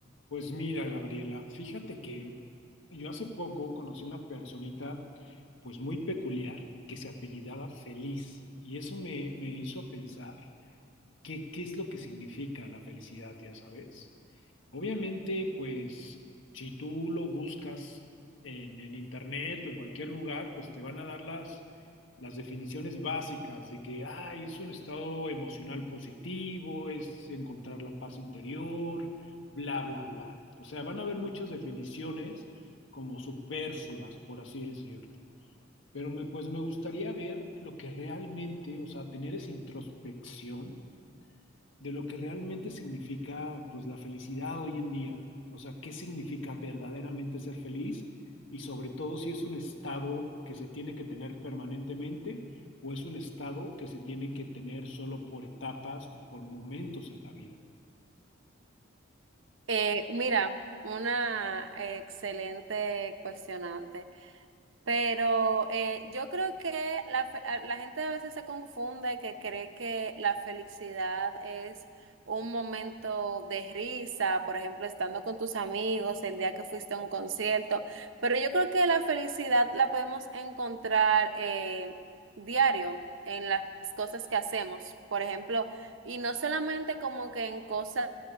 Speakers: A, on the left; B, on the right.
A: Pues mira, Gabriela, fíjate que yo hace poco conocí una personita pues muy peculiar que se apellidaba Feliz y eso me, me hizo pensar qué, qué es lo que significa la felicidad, ya sabes. Obviamente, pues si tú lo buscas en, en internet o en cualquier lugar, pues te van a dar las, las definiciones básicas de que, ay, es un estado emocional positivo, es encontrar la paz interior, bla, bla, bla. O sea, van a haber muchas definiciones como superfluas, por así decirlo. Pero me, pues me gustaría ver lo que realmente, o sea, tener esa introspección de lo que realmente significa pues la felicidad hoy en día. O sea, qué significa verdaderamente ser feliz y sobre todo si es un estado que se tiene que tener permanentemente o es un estado que se tiene que tener solo por etapas o por momentos en la vida.
B: Eh, mira, una eh, excelente cuestionante. Pero eh, yo creo que la, fe- a- la gente a veces se confunde que cree que la felicidad es un momento de risa, por ejemplo, estando con tus amigos, el día que fuiste a un concierto, pero yo creo que la felicidad la podemos encontrar eh, diario en las cosas que hacemos, por ejemplo, y no solamente como que en cosas